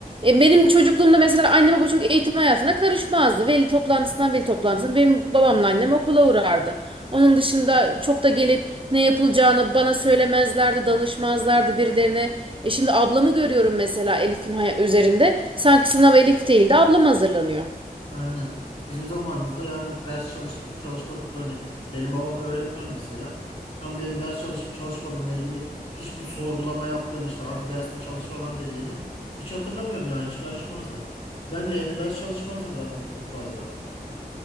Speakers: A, on the right; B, on the left.
A: E, benim çocukluğumda mesela anne baba çok eğitim hayatına karışmazdı. Veli toplantısından veli toplantısına benim babamla annem okula uğrardı. Onun dışında çok da gelip ne yapılacağını bana söylemezlerdi, danışmazlardı birilerine. E şimdi ablamı görüyorum mesela Elif'in hay- üzerinde. Sanki sınav Elif değil de ablam hazırlanıyor.
B: Aynen. Bizim zamanımızda yani ders çalıştık mı çalışmadık mı hani benim babam öğretmen mesela. Ama benim ders çalışıp çalışmadığımla ilgili hiçbir sorgulama yaptığını işte hadi dersini çalış falan dediğini hiç hatırlamıyorum yani hiç karışmazdı. Ben de evde ders çalışmazdım zaten çok fazla.